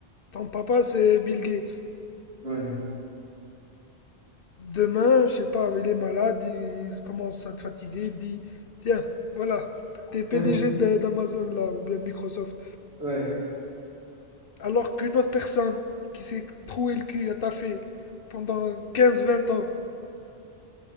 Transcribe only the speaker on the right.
Ouais.
<laughs>
Ouais.